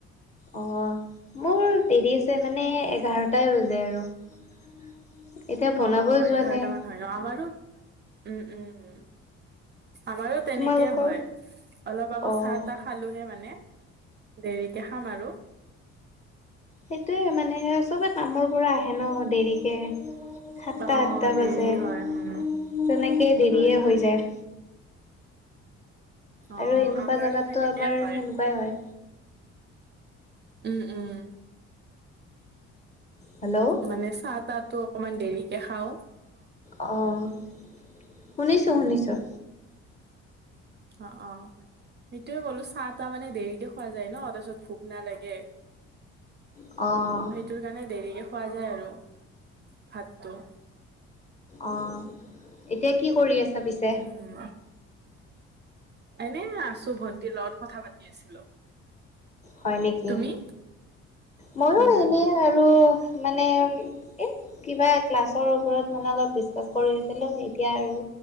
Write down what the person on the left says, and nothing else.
অ', মোৰ দেৰি আছে মানে এঘাৰটাই হৈ যায় আৰু। এতিয়া বনাবই
যোৱা
নাই।
তোমালোকৰ?
অহ
সেইটোৱে মানে চবে কামৰ পৰা আহে ন দেৰিকে। সাতটা
আঠটা
বাজে
তেনেকে
দেৰিয়ে
হৈ যায়।
আৰু এনেকুৱা
জাগাতটো
আমাৰ
সেনেকুৱাই হয়।
হেল্ল'
অ' শুনিছোঁ শুনিছোঁ।
অ'
অ' এতিয়া কি কৰি আছা পিছে?
হয় নেকি?
ময়ো
এনেই আৰু মানে। এ কিবা ক্লাছৰ ওপৰত মানে অলপ ডিচকাছ কৰিছিলো এতিয়া আৰু।